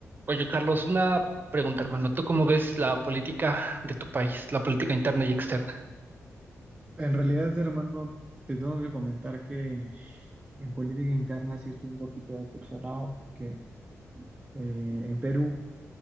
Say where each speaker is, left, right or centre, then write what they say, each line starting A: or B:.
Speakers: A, on the right; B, on the right.
A: Oye, Carlos, una pregunta, hermano. ¿Tú cómo ves la política de tu país, la política interna y externa?
B: En realidad, hermano, te tengo que comentar que en política interna sí estoy un poquito decepcionado porque eh, en Perú